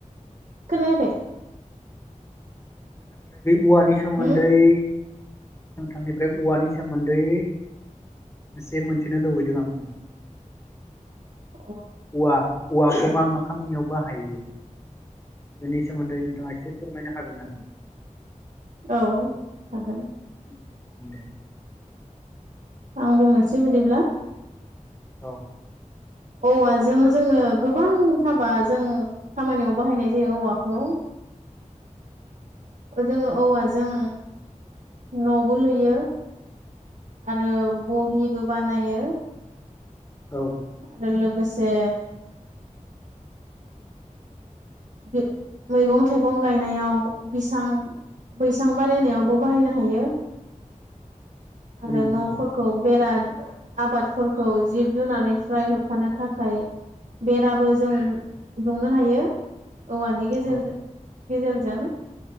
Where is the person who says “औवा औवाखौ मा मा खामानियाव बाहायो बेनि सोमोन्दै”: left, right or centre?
Left